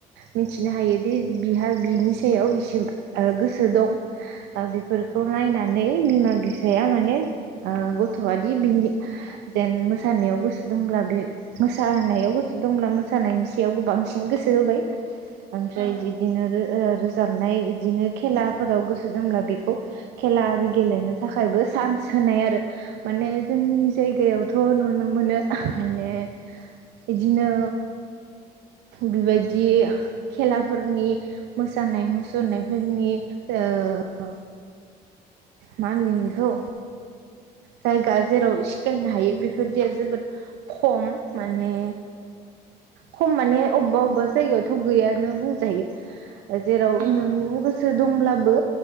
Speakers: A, on the right; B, on the right.
A: मिथिनो हायोदि बिहा बिनि सायाव इसे गोसो दं ओ बिफोर--। खौ नायनानै बिमा बिफाया माने ओ गथ'आदि बिनि जेन मोस--। मोसानायाव गोसो दंब्ला बे मोसानायाव गोसो दंब्ला। सानायनि सायावबो बांसिन गोसो होबाय ओमफ्राय
B: उम
A: बिदिनोरो। ओ रोजाबनाय बिदिनो खेलाफोराव गोसो दंब्ला बेखौ खेला आरि गेलेनो। थाखायबो चान्स होनाय आरो माने जोंनि
B: उम
A: जायगायावथ' नुन--। नु मोनो मोनो दिनों माने बिदिनो। बेबायदि। खेलाफोरनि मोसानाय मुसुरनायफोरनि ओ। मान होनगोन बिखौ। जायगा जेराव सिखायनो हायो बेफोरदिया जोबोद खम माने। खम माने अबेबा अबेबा जायगायावथ' गैयानो बुंजायो। जेराव
B: उम
A: नों गोसो दंब्लाबो